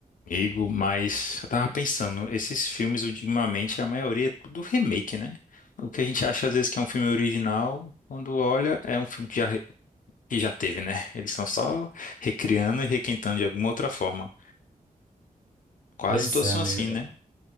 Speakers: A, on the left; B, on the right.
A: Amigo, mas eu tava pensando, esses filmes ultimamente, a maioria é tudo remake, né? O que a gente acha às vezes que é um filme original, quando olha, é um filme que já, re- que já teve, né? Eles estão só recriando e requintando de alguma outra forma. Quase
B: Pois
A: todos
B: é,
A: são
B: amigo.
A: assim,
B: É
A: né?